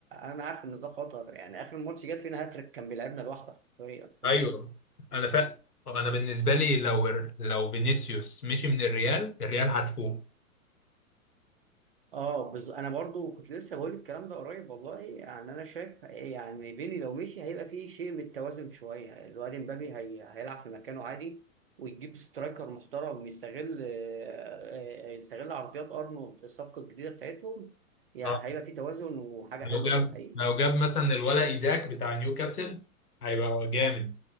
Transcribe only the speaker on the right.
انا عارف ان ده خطر يعني اخر ماتش جاب فينا هاتريك كان بيلعبنا لوحده حرفيا فاهم
اه بز... انا برضو كنت لسه بقول الكلام ده قريب والله يعني انا شايف يعني بيني لو مشي هيبقى فيه شيء من التوازن شويه الواد امبابي هي... هيلعب في مكانه عادي ويجيب سترايكر محترم يستغل آه، آه، يستغل عرضيات ارنولد الصفقه الجديده بتاعتهم يعني
هيبقى فيه توازن وحاجه
حلوه
الحقيقه